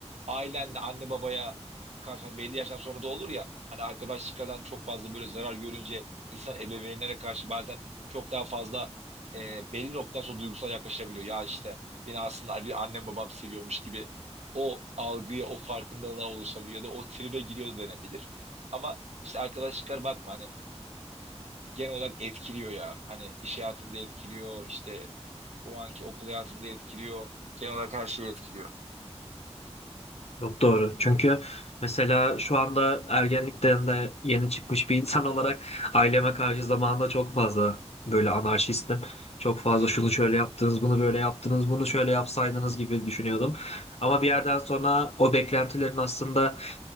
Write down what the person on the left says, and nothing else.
Yok doğru. Çünkü mesela şu anda ergenlikten de yeni çıkmış bir insan olarak aileme karşı zamanında çok fazla böyle anarşistim. Çok fazla
şunu şöyle yaptınız, bunu böyle yaptınız, bunu şöyle yapsaydınız gibi düşünüyordum. Ama bir yerden sonra o beklentilerin aslında